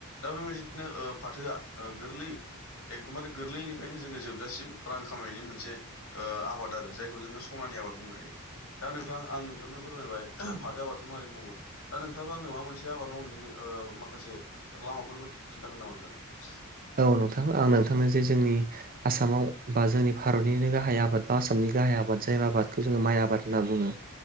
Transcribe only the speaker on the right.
औ नोंथां आं नोंथांनो जे जोंनि ओ आसामाव बा जोंनि भारतनिनो गाहाय आबाद बा आसामनि गाहाय आबाद जाय आबादखौ जोङो माइ आबाद होनना बुङो।